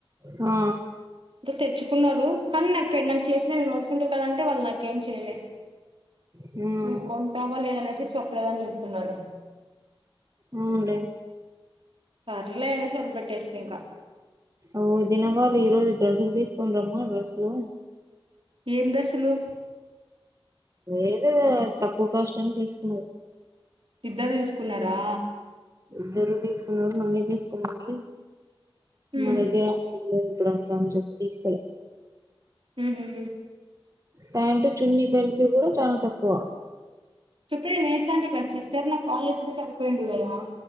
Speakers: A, on the right; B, on the right.
A: ఆ
B: టె తెచ్చుకున్నారు కానీ నాకు పెళ్ నాక్ చేసిన నేను వస్తుంట కదంటే వాళ్ళు నాకేం చెయ్లే
A: మ్మ్
B: నువ్ కొంటావా లే అనేసి చెప్లేద్ అని చెప్తున్నరు
A: అవున్లే
B: పర్లేదు అనేస్ వదిలిపేట్టేస్నా ఇంకా
A: ఓ దినవాళ్ళు ఈ రోజు డ్రెస్సులు తీసుకొన్రమ్మా డ్రెస్సులు
B: ఏం డ్రెస్సులు
A: ఏదో తక్కువ కాస్ట్ అన్ తీస్కున్నా
B: ఇద్దర్దిస్కున్నారా
A: ఇద్దరు తీస్కున్నారు మనీ తీస్కోమండ్రీ
B: ఉమ్
A: మా దగ్గర <inaudible> ఇప్పుడంతా అన్ చెప్పి తీస్కోలే
B: హ్మ్ హు
A: ప్యాంటు చున్నిస్ కలిపి గూడా చాలా తక్కువ‌
B: చెప్పేయి <unintelligible> సిస్టర్ నాక్కాల్ జేస్తే సరిపోయిండు గదా